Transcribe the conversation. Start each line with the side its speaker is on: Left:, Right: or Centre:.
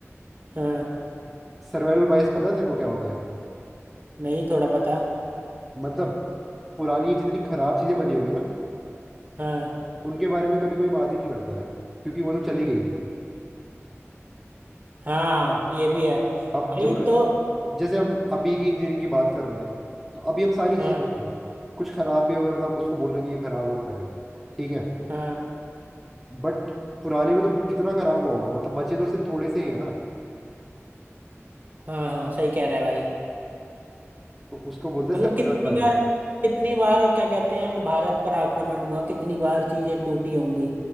Right: हाँ
Centre: सर्वाइवल बायस पता है तेरे को क्या होता है
Right: नहीं थोड़ा बता
Centre: मतलब पुरानी जितनी खराब चीजें बनी होंगी ना
Right: हाँ
Centre: उनके बारे में कभी कोई बात ही नहीं करता है क्योंकि वो तो चली गई
Right: हाँ ये भी
Centre: अ-
Right: है
Centre: अब
Right: भाई
Centre: जो
Right: तो
Centre: जैसे हम अभी की इंजीनियरिंग की बात कर रहे हैं तो अभी हम सारी चीज़ें
Right: हाँ
Centre: देख रहे हैं कुछ खराब भी हो रहा था हम उसको बोल रहे कि ये खराब हो रखा है ठीक है
Right: हाँ
Centre: बट पुराने में तो कितना खराब हुआ होगा मतलब बचे तो सिर्फ थोड़े से ही है ना
Right: हाँ हाँ सही कह रहा है भाई
Centre: तो उसको बोलते हैं
Right: मतलब
Centre: सर्वाइवल
Right: कितनी
Centre: बायस
Right: बार कितनी बार क्या कहते हैं भारत पर आक्रमण हुआ कितनी बार चीजें टूटी होंगी